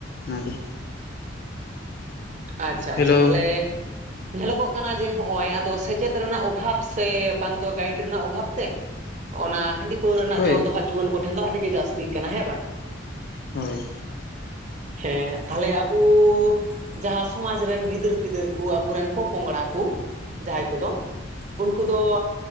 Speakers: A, on the left; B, on the right.
A: ᱱᱟ ᱫᱚ
B: ᱟᱪᱪᱷᱟ
A: ᱦᱮᱞᱳ
B: ᱪᱷᱟ ᱛᱟᱦᱚᱞᱮ ᱧᱮᱞᱚᱜᱚᱜ ᱠᱟᱱᱟ ᱡᱮ ᱦᱚᱸᱜ-ᱚᱭ ᱟᱫᱚ ᱥᱮᱪᱮᱫ ᱨᱮᱱᱟᱜ ᱚᱵᱷᱟᱵ ᱥᱮ ᱵᱟᱝ ᱫᱚ ᱜᱟᱭᱤᱰ ᱨᱮᱱᱟᱜ ᱚᱵᱷᱟᱵ ᱛᱮ ᱚᱸᱜ-ᱱᱟ ᱦᱟᱺᱰᱤ ᱯᱟᱹᱣᱨᱟᱹ ᱨᱮᱱᱟᱜ
A: ᱦᱳᱭ
B: ᱪᱚᱞ ᱫᱚ ᱦᱟᱸᱜ ᱡᱩᱣᱟᱹᱱ ᱠᱚᱴᱷᱮᱱ ᱫᱚ ᱟᱹᱰᱤ ᱜᱮ ᱡᱟᱹᱥᱛᱤᱜ ᱠᱟᱱᱟ ᱦᱮᱸ ᱵᱟᱝ?
A: ᱦᱳᱭ᱾
B: ᱦᱮᱸ ᱛᱟᱦᱚᱞᱮ ᱟᱵᱩ ᱡᱟᱦᱟᱸ ᱥᱚᱢᱟᱡᱽ ᱨᱮᱱ ᱜᱤᱫᱟᱹᱨ ᱯᱤᱫᱟᱹᱨ ᱠᱚ ᱟᱵᱚ ᱨᱮᱱ ᱯᱚ ᱯᱚᱝᱲᱟ ᱠᱚ, ᱡᱟᱦᱟᱸᱭ ᱠᱚᱫᱚ ᱩᱞᱠᱩ ᱫᱚ